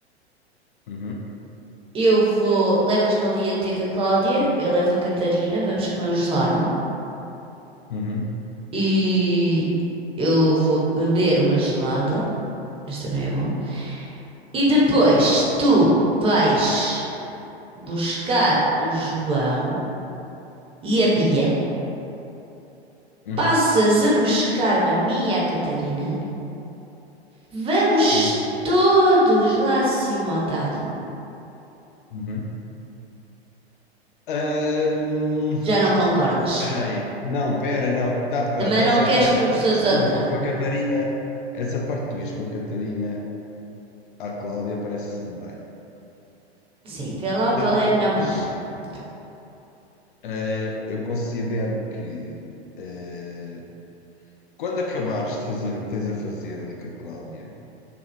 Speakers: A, on the left (about 50°); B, on the right (about 15°).
A: Uhum,
B: Eu vou, levas-me ali a ter com a Cláudia, eu levo a Catarina, vamos comer um gelado
A: uhum,
B: e eu vou beber uma gelada, mas também é bom. E depois tu vais buscar o João e a Bia,
A: uhum,
B: passas a buscar-me a mim e a Catarina, vamos
A: uhum,
B: todos lá acima ao talho.
A: uhum. Ahm,
B: Já não concordas?
A: Espera
B: pronto.
A: aí. Não, espera não. Tá, ué,
B: Também
A: ou
B: não
A: seja,
B: queres
A: essa
B: que
A: parte
B: vamos todos
A: de
B: ao
A: tu ires
B: talho,
A: com a
B: né?
A: Catarina, essa parte de tu ires com a Catarina à Cláudia parece-me bem.
B: Sim, vê lá
A: Depois.
B: qual é a melhor maneira. Então,
A: Eh, eu considero que eh, quando acabares de fazer o que tens a fazer ali com a Cláudia,